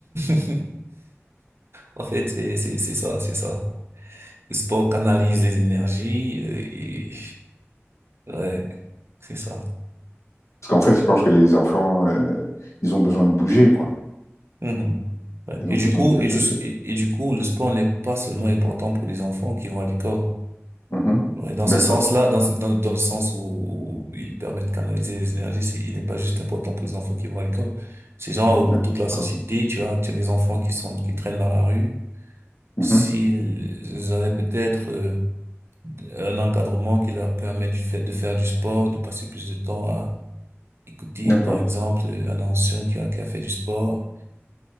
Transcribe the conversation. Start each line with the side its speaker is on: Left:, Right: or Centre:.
Right: <laughs> En fait, c'est, c'est, c'est ça, c'est ça. Le sport canalise les énergies, euh, et, ouais, c'est ça.
Left: Parce qu'en fait, je pense que les enfants, euh, ils ont besoin de bouger, quoi.
Right: Mhm. Ouais.
Left: Ils
Right: Et
Left: ont
Right: du
Left: besoin
Right: coup,
Left: de...
Right: et,
Left: de...
Right: juste et, et du coup, le sport n'est pas seulement important pour les enfants qui vont à l'école.
Left: Mhm.
Right: Ouais, dans
Left: D'accord,
Right: ce sens-là, dans ce, dans, dans le sens où, où il permet de canaliser les énergies, c'est, il n'est pas juste important pour les enfants qui vont à l'école. C'est genre
Left: d'accord,
Right: euh, pour toute la société, tu vois, tu as des enfants qui sont, qui traînent dans la rue.
Left: Mhm.
Right: s'ils avaient peut-être euh, un encadrement qui leur permet du fait de faire du sport, de passer plus de temps à écouter,
Left: D'accord,
Right: par exemple, euh, un ancien qui a, qui a fait du sport